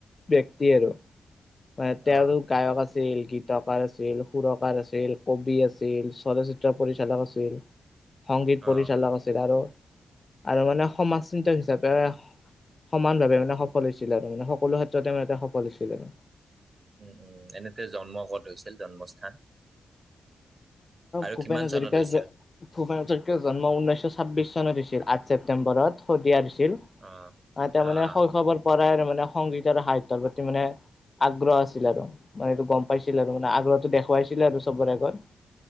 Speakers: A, on the left; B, on the right.
A: ব্যক্তি আৰু মানে তেওঁৰো
B: অ',
A: গায়ক আছিল। গীত <unintelligible> তকাৰ আছিল সুৰকাৰ আছিল কবি আছিল চলচ্চিত্ৰ পৰিচালক আছিল। সংগীত পৰিচালক
B: অ',
A: আছিল, আৰু আৰু মানে সমাজ চিন্তক হিচাপে। সমান ভাৱে মানে সফল হৈছিলে। আৰু মানে সকলো ক্ষেত্ৰতে মানে এ সফল হৈছিলে আৰু
B: উম-উম এনেতে জন্ম ক'ত হৈছিল। জন্মস্থান? আৰু
A: ভূপেন
B: কিমান
A: হাজৰিকাৰ
B: চনত হৈছিল?
A: ভূপেন হাজৰিকাৰ জন্ম উঊনৈশ ছাব্বিশ চনত হৈছিল। আঠ ছেপ্টেম্বৰত শদিয়াত হৈছিল।
B: অ',
A: তেওঁ
B: আ
A: শৈশৱ পৰা আৰু। মানে সংগীত আৰু সাহিত্যৰ প্ৰতি মানে। আগ্ৰহ আছিল আৰু মানে এইটো গম পাইছিল। আৰু মানে আগ্ৰহটো দেখুৱাইছিলে আৰু চবৰে আগত।